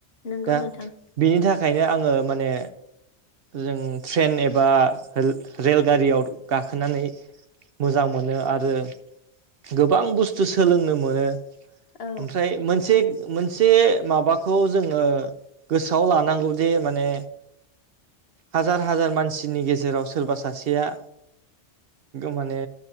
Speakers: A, on the left; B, on the right.
A: नंगौ
B: दा
A: नोंथां
B: बिनि थाखायनो आङो माने जों ट्रेन एबा रेलगारियाव गाखोनानै मोजां मोनो आरो गोबां बुस्थु सोलोंनो मोनो
A: औ
B: ओमफ्राय मोनसे मोनसे माबाखौ जोङो गोसोआव लानांगौ जे माने हाजार हाजार मानसिनि गेजेराव सोरबा सासेया माने